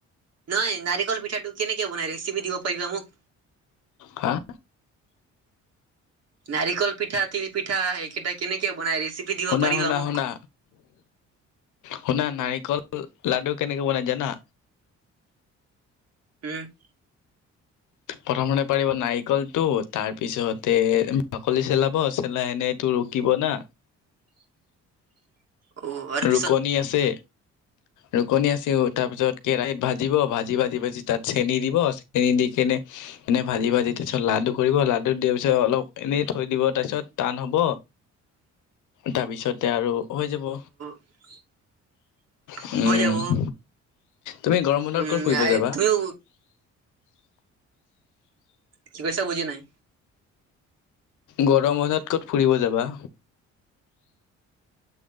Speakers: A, on the right; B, on the left.
A: নাই। নাৰিকল পিঠাটো কেনেকে বনাই? ৰেচিপি দিব পাৰিবা মোক।
B: হাঁ
A: নাৰিকল পিঠা, তিল পিঠা এইকেইটা কেনেকে বনাই? ৰেচিপি দিব
B: শুনা
A: পাৰিবা
B: শুনা
A: মোক।
B: শুনা
A: <inaudible>
B: শুনা, নাৰিকল অ লাডু কেনেকে বনাই জানা?
A: হোঁ' <inaudible>
B: প্ৰথমতে পাৰিব নাৰিকলটো তাৰ পিছতে বাকলি চেলাব, চেলাই এনেটো ৰুকি <unintelligible> দিব না?
A: <inaudible> আৰু পিছত
B: ৰুকনি আছে, ৰুকনি আছে ও তাৰ পিছত কেৰাহিত ভাজিব ভাজি <unintelligible> জি ভাজি ভাজি তাত চেনি দিব। চেনি দি কিনে এনে ভাজি ভাজি তাৰপিছত লাডু কৰিব, লাডুত দিয়া পিছত <unintelligible> তে অলপ এনেই থৈ দিব, তাৰপিছত টান হ'ব
A: <inaudible>
B: তাৰপিছতে আৰু হৈ যাব।
A: <inaudible>
B: হুম
A: হৈ যাব
B: <unintelligible> তুমি গৰম
A: উম,
B: বন্ধত ক'ত ফুৰিব যাবা?
A: তুমিও কি কৈছা বুজি নাই?
B: গৰম বন্ধত ক'ত ফুৰিব যাবা?